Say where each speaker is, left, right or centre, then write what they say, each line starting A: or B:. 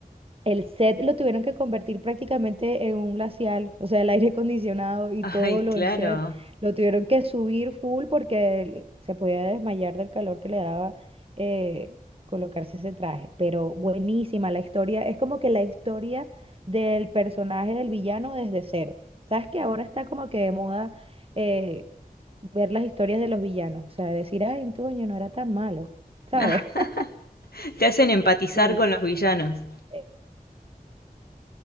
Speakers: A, on the right (about 35°); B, on the left (about 80°).
A: El set lo tuvieron que convertir prácticamente en un glacial, o sea, el aire <laughs> acondicionado y
B: Ay,
A: todo lo
B: claro.
A: del set lo tuvieron que subir full porque él se podía desmayar del calor que le daba eh, colocarse ese traje. Pero buenísima la historia, es como que la historia del personaje del villano desde cero. Sabes que ahora está como que de moda eh, ver las historias de los villanos, o sea, decir, ay, Toño no era tan malo, ¿sabes?
B: <laughs>
A: <laughs>
B: Te hacen empatizar
A: Sí.
B: con los villanos.
A: Eh,